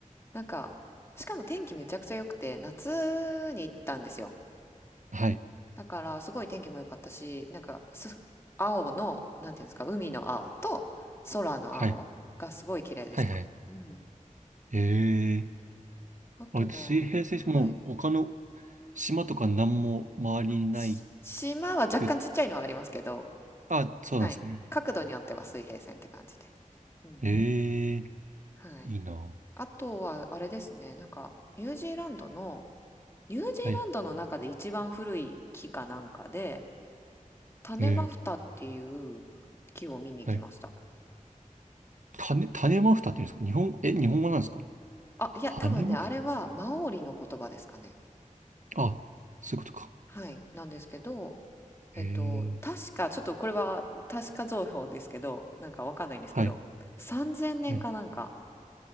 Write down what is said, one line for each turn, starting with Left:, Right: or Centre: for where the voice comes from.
Left: なんか、しかも天気めちゃくちゃ良くて、夏に行ったんですよ。
Right: はい。
Left: だから、すごい天気も良かったし、なんか、す青の、なんていうんですか、海の青と空の青がすごい綺麗でした。
Right: はい。はい、はい。
Left: うん。
Right: へえ。
Left: あとは、
Right: あ、水平線もう他の
Left: はい。
Right: 島とか何も周りにない
Left: し島は若干ちっちゃいのはありますけど、
Right: く、あ、そうなんですね。
Left: はい。角度によっては水平線って感じです。うん。
Right: へえ。
Left: はい。
Right: いいな。
Left: あとは、あれですね、なんか、ニュージーランドの、ニュージーランドの中で一番古い木かなんかで、
Right: はい。
Left: 種マフタっていう木を見に行きました。
Right: へえ。はい種、種マフタっていうんですか日本、え、日本語なんですか
Left: あ、いや、
Right: 種マフタ
Left: 多分ね、あれはマオリの言葉ですかね。
Right: あ、そういうことか。
Left: はい。なんですけど、
Right: へえ、
Left: えっと、確か、ちょっとこれは確か情報ですけど、なんかわかんないんですけど、
Right: はい、
Left: 3000年かなんか、
Right: はい。